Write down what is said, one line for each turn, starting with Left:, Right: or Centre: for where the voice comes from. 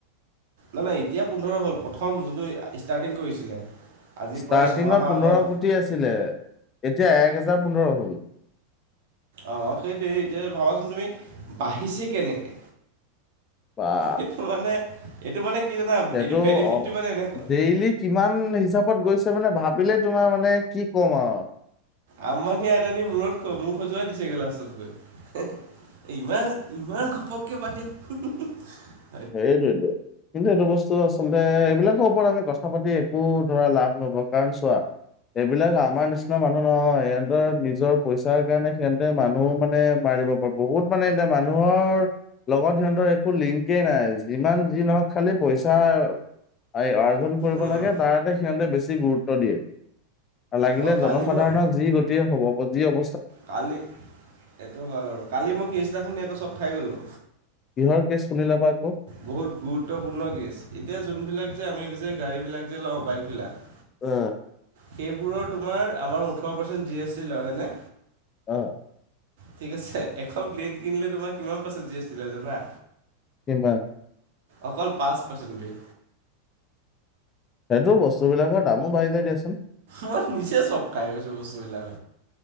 Right: নাই -নাই এতিয়া পোন্ধৰ হ'ল প্ৰথম যোনটো ষ্টাৰ্টিং কৰিছিলে। আজি
Left: ষ্টাৰ্টিঙত
Right: প্ৰায় ছমাহৰ
Left: পোন্ধৰ
Right: আগত
Left: কোটি আছিলে এতিয়া এক হেজাৰ পোন্ধৰ হ'ল।
Right: অ, সেইটোৱেই এতিয়া ভাবাচোন তুমি বাঢ়িছে কেনেকে?
Left: বা
Right: সেইটো মানে এইটো মানে কি জানা
Left: সেইটো
Right: এইটো বেনিফিটটো
Left: অ'
Right: মানে এনেকুৱা।
Left: ডেইলি কিমান হিচাপত গৈছে মানে ভাবিলেই তোমাৰ মানে কি ক'ম আওঁ
Right: আম্বানী আদানি মূৰত মোৰ খজুৱাই দিছেগৈ লাষ্টত গৈ। এ ইমান-ইমান ঘপককে বাহিল <unintelligible>
Left: সেইটোৱেইটো কিন্তু এইটো বস্তু আচলতে এইবিলাকৰ ওপৰত আমি কথা পাতি একো ধৰা লাভ নহব কাৰণ চোৱা এইবিলাক আমাৰ নিচিনা মানুহ নহয় সিহঁতৰ নিজৰ পইচাৰ কাৰণে সিহঁতে মানুহও মানে মাৰিব পাৰে বহুত মানে এতিয়া মানুহৰ লগত সিহঁতৰ একো লিং কেই নাই যিমান যি নহওক খালি পইচা এই আৰ্জন কৰিব
Right: উম
Left: লাগে তাৰতে সিহঁতে বেছি গুৰুত্ব দিয়ে আৰু লাগিলে
Right: আকৌ কালি
Left: জনসাধাৰণক
Right: মোক
Left: যি গতিয়ে হ'ব যি অৱ
Right: কালি এইটো হয় বাৰু কালি মই কেছটা এটা শুনি আকৌ চক খাই গলো
Left: কিহৰ কেছ শুনিলাবা আকৌ
Right: বহুত গুৰুত্বপূৰ্ণ কেছ এতিয়া যোনবিলাক যে আমি যে গাড়ীবিলাক যে লও বাইকবিলাক
Left: অ
Right: সেইবোৰৰ তোমাৰ আমাৰ ওঠৰ পাৰ্চেণ্ট জি এছ টি লয় হয়নে
Left: অ
Right: ঠিক আছে এখন প্লেইন কিনিলে তোমাৰ কিমান পাৰ্চেন্ট জি এছ টি লয় জানা
Left: কিমান
Right: অকল পাঁচ পাৰ্চেণ্টেজ
Left: সেইটো বস্তু বিলাকৰ দামো বাঢ়ি যায় দিয়াচোন
Right: মই নিজে চব খাই গৈছো বস্তুবিলাক